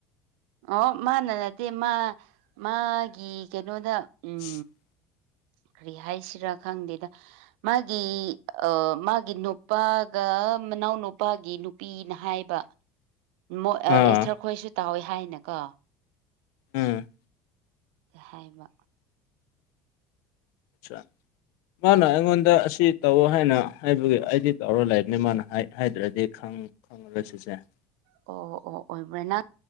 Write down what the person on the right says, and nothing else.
ꯑꯣ ꯃꯥꯅ ꯅꯠꯇꯦ ꯃꯥ ꯃꯥꯒꯤ ꯀꯩꯅꯣꯗ ꯎꯝ
ꯀꯔꯤ ꯍꯥꯏꯁꯤꯔꯥ ꯈꯪꯗꯦꯗ ꯃꯥꯒꯤ ꯑ ꯃꯥꯒꯤ ꯅꯨꯄꯥꯒ ꯃꯅꯥꯎ ꯅꯨꯄꯥꯒꯤ ꯅꯨꯄꯤꯅ ꯍꯥꯏꯕ ꯃꯣꯏ
ꯑꯦꯁꯊꯔ ꯈꯣꯏꯁꯨ ꯇꯧꯋꯦ ꯍꯥꯏꯅꯀꯣ
ꯍꯥꯏꯕ
ꯑꯣ ꯑꯣ ꯑꯣꯏꯕ꯭ꯔꯥ ꯅꯪ